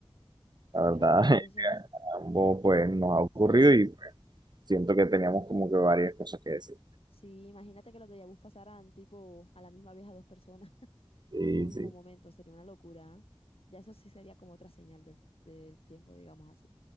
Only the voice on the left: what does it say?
Bueno, Miguel, entonces,
¿sí?
Sí, imagínate que los déjà vus pasaran tipo a la misma vez a dos personas <laughs>
en un mismo
momento, sería una locura. ¿eh? Ya eso sí sería como otra señal del, del tiempo, digamos así.